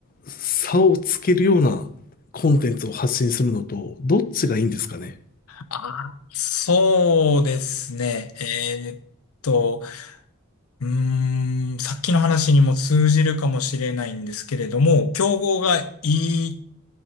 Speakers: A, on the left; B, on the left.
A: 差をつけるようなコンテンツを発信するのと、どっちがいいんですかね
B: あそうですね。えーっと、うーん、さっきの話にも通じるかもしれないんですけれども、競合がいい